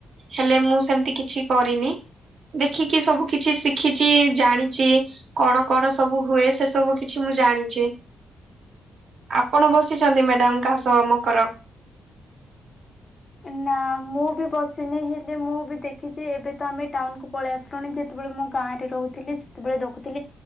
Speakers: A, on the right; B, on the left.
A: ହେଲେ ମୁଁ ସେମିତି କିଛି କରିନି। ଦେଖିକି ସବୁ କିଛି ଶିଖିଛି ଜାଣିଛି କଣ କଣ ସବୁ ହୁଏ ସେ ସବୁ କିଛି ମୁଁ ଜାଣିଛି। ଆପଣ ବସିଛନ୍ତି ମ୍ୟାଡାମ କାହା ସହ ମକର?
B: ହ ନା ମୁଁ ବି ବସିିନି ହେଲେ ମୁଁ ବି ଦେଖିଛି ଏବେ ତ ଆମେ ଟାଉନକୁୁ ପଳେଇ ଆସିଲୁଣି ଯେତେବେଳେ ଆମ ଗାଁ ରେ ରହୁଥିଲି ସେତେବେଳେ ଦେଖୁଥିଲି